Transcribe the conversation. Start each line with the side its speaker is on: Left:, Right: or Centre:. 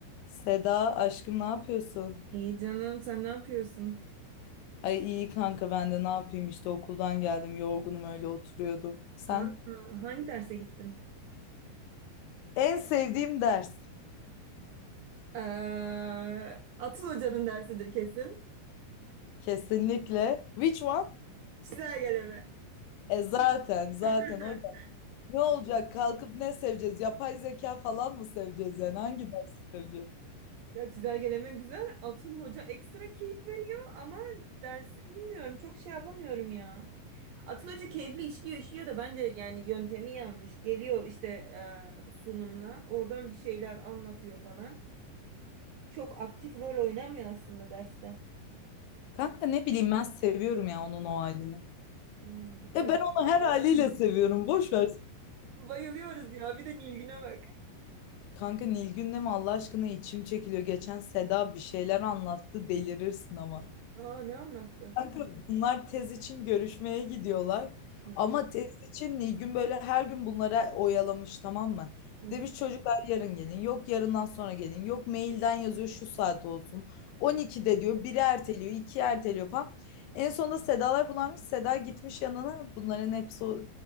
Left: Seda aşkım ne yapıyorsun?
Right: İyi canım sen ne yapıyorsun?
Left: Ay iyi kanka ben de ne yapayım işte okuldan geldim yorgunum öyle oturuyordum. Sen?
Right: Aa, hangi derse gittin?
Left: En sevdiğim ders
Right: Ee, Atıl Hoca'nın dersidir kesin.
Left: kesinlikle. Which one?
Right: Çizelgeleme.
Left: E zaten zaten
Right: <laughs>
Left: hocam. Ne olacak kalkıp ne seveceğiz? Yapay zeka falan mı seveceğiz yani? Hangi dersi seveceğiz?
Right: Ya çizelgeleme güzel. Atıl Hoca ekstra keyif veriyor ama dersi bilmiyorum. Çok şey yapamıyorum ya. Atıl Hoca keyifli işliyor işliyor da bence yani yöntemi yanlış. Geliyor işte e, sunumla. Oradan bir şeyler anlatıyor falan. Çok aktif rol oynamıyor aslında derste.
Left: Kanka ne bileyim ben seviyorum ya onun o halini.
Right: Hmm, iyi.
Left: E ben onu her haliyle seviyorum boş ver.
Right: Bayılıyoruz ya. Bir de Nilgün'e bak.
Left: Kanka Nilgün'le mi Allah aşkına içim çekiliyor. Geçen Seda bir şeyler anlattı delirirsin ama.
Right: Aa ne anlattı?
Left: Kanka bunlar tez için görüşmeye gidiyorlar.
Right: Hı
Left: Ama
Right: hı
Left: tez için Nilgün böyle her gün bunlara oyalamış tamam mı?
Right: hı hı.
Left: Demiş çocuklar yarın gelin. Yok yarından sonra gelin. Yok mailden yazıyor şu saat olsun. 12'de diyor. Biri erteliyor. iki erteliyor falan. En sonunda Sedalar bulanmış. Seda gitmiş yanına. Bunların hepsi o